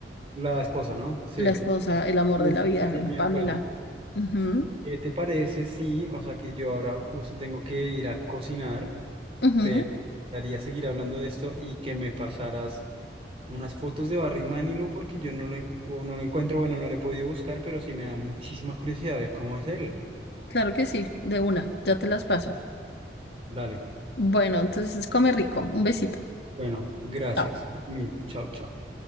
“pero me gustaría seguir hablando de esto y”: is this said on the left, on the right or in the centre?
Right